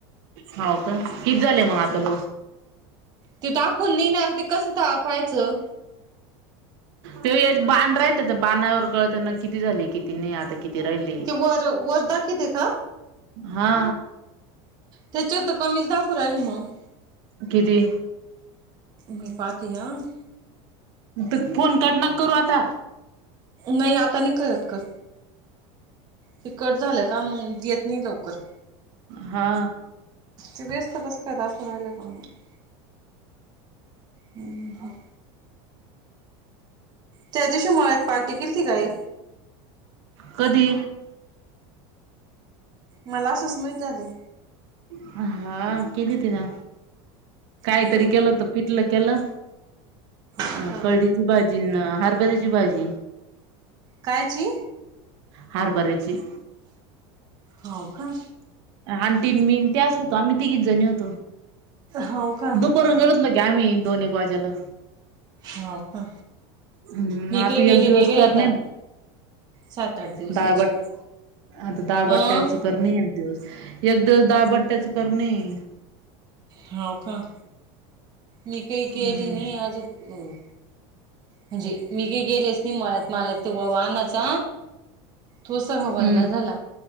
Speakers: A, on the right; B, on the right.
A: हाव का? किती झाले मग आता लोक?
B: ते दाखवल नाही ना. आता ते कसं पायचं?
A: ते एक बाण राह्यत त्या बाणावर कळत ना किती झाले? किती नाही? आता- किती राहिले.
B: ते वर वर दाखिते का?
A: हा.
B: त्याच्यात तर कमीच दाखवू राहिले मंग.
A: किती?
B: मी पाती हं.
A: तु फोन कट नको करू आता.
B: नाही आता नाही करत कट. हे कट झालं का मग येत नाही लवकर.
A: हा
B: ते व्यस्त कस काय दाखवू राहिला काय - हं. ह. त्या दिवशी मळ्यात पार्टी केली ती काही.
A: कधी?
B: मला असच माहीत झालं.
A: हा. केली ति ना. कायतरी
B: हो
A: केलं त- पिटलं केलं
B: का.
A: अ कळीची भाजी हरभऱ्याची भाजी.
B: कायची.
A: हरबऱ्याची.
B: हो का.
A: ऑंटी न मीन त्याच होतो आम्ही तीगीच जणी होतो.
B: हो का.
A: परून गेळतलो ग आम्ही दोन एक वाज्याला.
B: हो का.
A: हम्म
B: मी
A: आता
B: काही गेली
A: एक दिवस
B: नाही बई
A: करणे
B: आता सात आठ दिवसाची.
A: दाळबट आता दाळ बट्ट्याच
B: अं
A: करणे एक दिवस एक दिवस दाळ बट्ट्याच करणे. आहे
B: हव का. मी काही केली
A: हम्म
B: नाही अजून. म्हणजे मी काही गेलेस नाही मळ्यात मालक तेव्हा वाहनाचा. तो स ह
A: हम्म
B: वल्ला झाला.